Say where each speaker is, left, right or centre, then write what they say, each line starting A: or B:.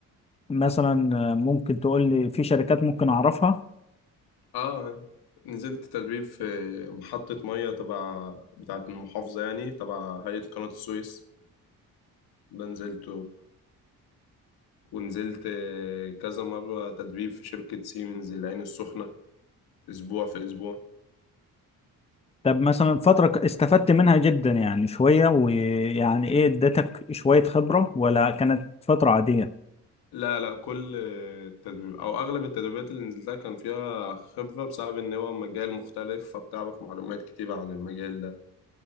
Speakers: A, on the left; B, on the left.
A: مثلا ممكن تقول لي في شركات ممكن اعرفها
B: آه نزلت تدريب في محطة مية تبع بتاعة المحافظة يعني تبع هيئة قناة السويس ده نزلت ونزلت آه، كذا مرة تدريب في شركة سيمنز العين السخنة أسبوع في أسبوع
A: طب مثلا فترة ك- استفدت منها جدا يعني شوية ويعني ايه ادتك شوية خبرة ولا كانت فترة عادية؟
B: لا لا كل آه، تدريب أو أغلب التدريبات اللي نزلتها كان فيها خبرة بسبب إن هو مجال مختلف فبتعرف معلومات كتيرة عن المجال ده